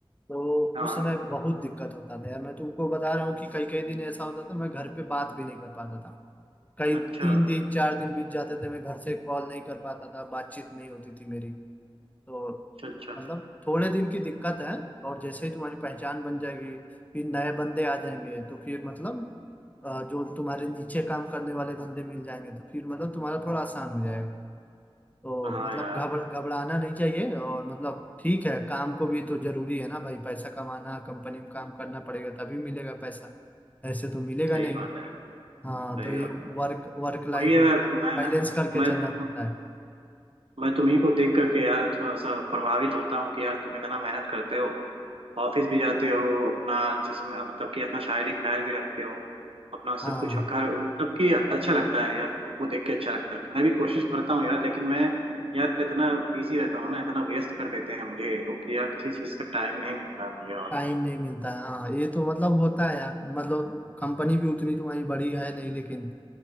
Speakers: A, on the left (about 15°); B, on the right (about 80°).
A: तो
B: हाँ
A: उस समय बहुत दिक्कत होता था यार मैं तुमको बता रहा हूँ कि कई कई दिन ऐसा होता था मैं घर पे बात भी नहीं कर पाता था कई
B: अच्छा
A: तीन दिन चार दिन बीत जाते थे मैं घर से कॉल नहीं कर पाता था बातचीत नहीं होती थी मेरी तो
B: अच्छा अच्छा
A: मतलब थोड़े दिन की दिक्कत है और जैसे ही तुम्हारी पहचान बन जाएगी फिर नए बंदे आ जाएंगे तो फिर मतलब अ, जो तुम्हारे नीचे काम करने वाले बंदे मिल जाएंगे तो फिर मतलब तुम्हारा थोड़ा आसान हो जाएगा तो
B: हाँ
A: मतलब
B: यार
A: घबरा घबराना नहीं चाहिए और मतलब ठीक है काम को भी तो जरूरी है ना भाई पैसा कमाना कंपनी में काम करना पड़ेगा तभी मिलेगा पैसा ऐसे तो मिलेगा
B: सही
A: नहीं
B: बात है सही
A: हाँ तो ये
B: बात है
A: वर्क वर्क लाइफ
B: वही है
A: मतलब
B: मैं
A: बैलेंस करके चलना
B: मैं तुम
A: पड़ता है
B: मैं तुम्ही को देख करके यार थोड़ा सा प्रभावित होता हूँ कि यार तुम इतना मेहनत करते हो ऑफिस भी जाते हो अपना जिसमें मतलब कि अपना शायरी ख्याल भी रखते हो अपना
A: हाँ
B: सब कुछ घर मतलब कि अच्छा लगता है यार तुमको देख के अच्छा लगता है तो मैं भी कोशिश करता हूँ यार लेकिन मैं यार इतना बिजी रहता हूँ ना इतना वेस्ट कर देते हैं मुझे ये लोग कि यार किसी चीज़ का टाइम नहीं मिलता है मुझे और
A: टाइम नहीं मिलता है हाँ ये तो मतलब होता है यार मतलब कंपनी भी उतनी तुम्हारी बड़ी है नहीं लेकिन